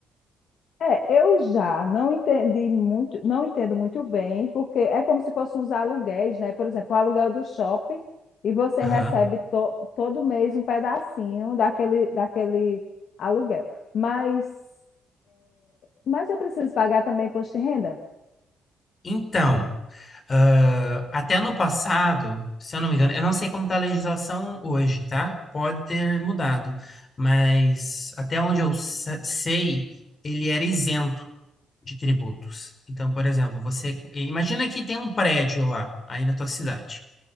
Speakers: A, on the left (about 65°); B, on the left (about 40°).
A: É, eu já não entendi muito, não entendo muito bem, porque é como se fossem uns aluguéis, né? Por exemplo, o aluguel do shopping e você
B: Aham.
A: recebe to- todo mês um pedacinho daquele, daquele aluguel. Mas, mas eu preciso pagar também imposto de renda?
B: Então, ah, até no passado, se eu não me engano, eu não sei como está a legislação hoje, tá? Pode ter mudado, mas até onde eu sa- sei, ele era isento de tributos. Então, por exemplo, você imagina que tem um prédio lá, aí na tua cidade.